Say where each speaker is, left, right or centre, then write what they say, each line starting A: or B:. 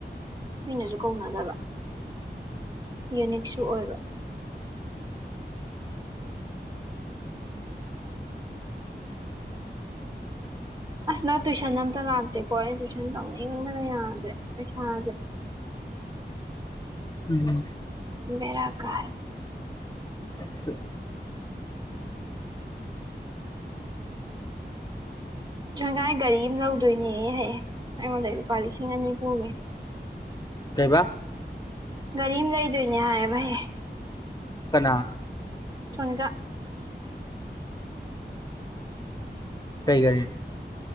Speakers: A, on the right (about 25°); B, on the left (about 20°).
A: ꯃꯤꯅꯁꯨ ꯀꯧꯅꯗꯕ ꯌꯨꯅꯤꯛꯁꯨ ꯑꯣꯏꯕ ꯑꯁ ꯅ ꯇꯨꯏꯁꯟ ꯑꯝꯇ ꯂꯥꯛꯇꯦꯀꯣ ꯑꯩꯩꯅ ꯇꯨꯏꯁꯟ ꯇꯧꯅꯤꯡꯕꯅ ꯌꯥꯗ꯭ꯔꯦ ꯄꯩꯁꯥꯁꯦ
B: ꯎꯝ
A: ꯕꯦꯔꯥ ꯀꯥꯏ
B: ꯑꯁ
A: ꯒꯥꯏ ꯒꯥꯔꯤ ꯑꯃ ꯂꯧꯗꯣꯏꯅꯦꯍꯍꯌꯦ ꯑꯩꯉꯣꯟꯗ ꯂꯨꯄꯥ ꯂꯤꯁꯤꯡ ꯑꯅꯤ ꯄꯨꯒꯦ
B: ꯀꯩꯕ
A: ꯒꯥꯔꯤ ꯑꯃ ꯂꯩꯗꯣꯏꯅꯦ ꯍꯥꯏꯌꯦꯕꯍꯦ
B: ꯀꯅꯥ
A: ꯊꯣꯟꯒ
B: ꯀꯩ ꯒꯔꯤ